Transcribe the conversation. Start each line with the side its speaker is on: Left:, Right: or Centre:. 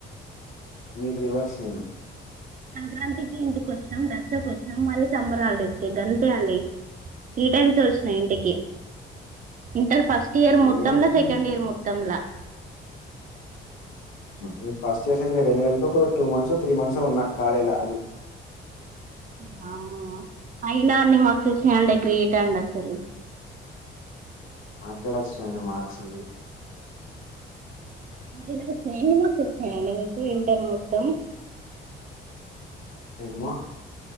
Left: మీకు రివర్స్ నేను
Right: సంక్రాంతికి ఇంటికి వచ్చినాం దసరాకు వచ్చినాం మళ్ళీ సమ్మర్ హాలిడేకి గంతే అండి త్రి టైమ్స్ వచ్చిన ఇంటికి ఇంటర్ ఫస్ట్ ఇయర్
Left: నేను
Right: మొత్తంలో
Left: ఫుల్
Right: సెకండ్ ఇయర్ మొత్తంలా
Left: వు ఫస్ట్ ఇయర్ సెకడ్ రెండు గలపు ఒక టూ మంత్సవో త్రీ మంత్స్వో ఉన్నా అది
Right: వామ్మో అయినా అన్ని మార్క్స్ వచ్చినాయి అంటె గ్రేట్ అండి అసలు
Left: ఎక్కడ వచ్చినాయి అండి మార్క్స్
Right: ఎన్ని మార్క్స్ వచ్చినాయి అండి మీకు ఇంటర్ మొత్తం
Left: ఏమో